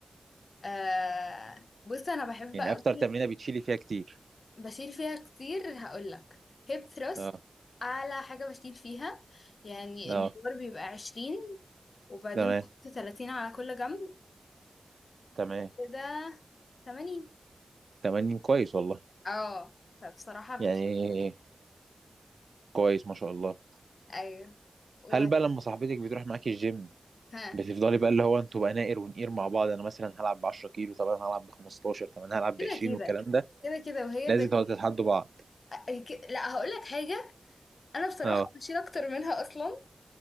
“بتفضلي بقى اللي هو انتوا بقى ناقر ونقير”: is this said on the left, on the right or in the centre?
Right